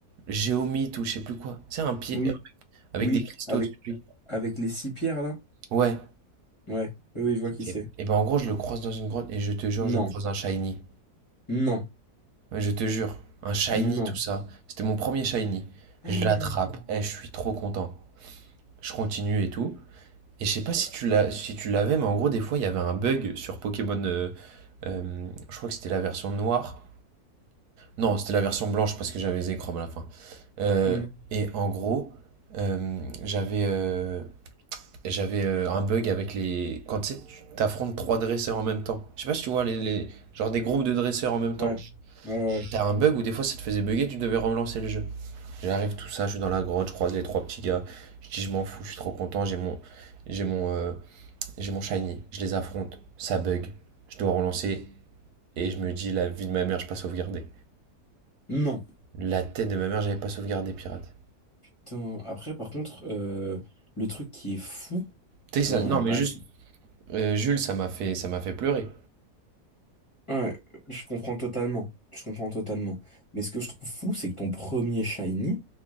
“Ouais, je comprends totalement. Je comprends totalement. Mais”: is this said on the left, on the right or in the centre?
Left